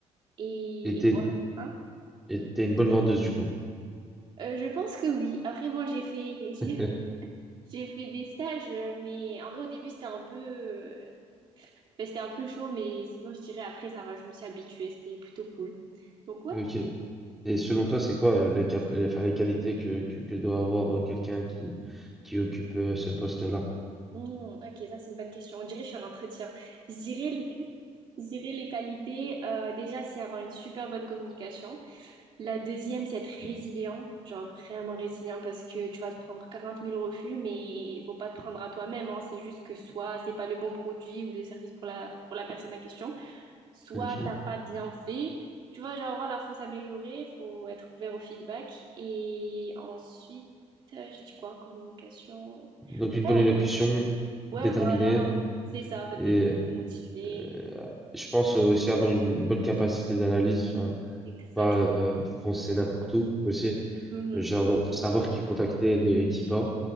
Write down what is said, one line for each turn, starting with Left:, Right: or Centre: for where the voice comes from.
Right: Et,
Centre: Et t'es,
Right: et voilà. Hein
Centre: et t'es une bonne vendeuse, du coup.
Right: Euh, je pense que oui. Après, bon, j'ai fait, <laughs> j'ai,
Centre: <laughs>
Right: j'ai fait des stages, euh, mais en vrai, au début, c'était un peu, euh, ben, c'était un peu chaud, mais sinon, je dirais après, ça va, je me suis habituée, c'était plutôt cool. Donc, ouais.
Centre: Ok. Et selon toi, c'est quoi euh, les cap- euh, enfin, les qualités que, que, que doit avoir euh, quelqu'un qui, qui occupe euh, ce poste-là?
Right: Hmm, ok, ça, c'est une bonne question. On dirait que je suis en entretien. Je dirais les, je dirais les qualités, euh, déjà, c'est avoir une super bonne communication. La deuxième, c'est être résilient, genre vraiment résilient, parce que tu vas te prendre quarante mille refus, mais il faut pas te prendre à toi-même, hein. C'est juste que soit c'est pas le bon produit ou le service pour la, pour la personne en question. soit
Centre: Ok.
Right: t'as pas bien fait. Tu vois, genre voilà, faut s'améliorer, faut être ouvert au feedback. Et ensuite, euh, j'ai dit quoi? Communication.
Centre: Donc, une
Right: Ouais,
Centre: bonne élocution,
Right: ouais,
Centre: déterminée,
Right: voilà, c'est ça, en fait, d'être
Centre: et
Right: motivé.
Centre: euh, je pense euh, aussi avoir une bonne capacité d'analyse, enfin,
Right: Exact.
Centre: pas euh, foncer n'importe où aussi.
Right: Mhm.
Centre: J'adore savoir qui contacter de Equipa.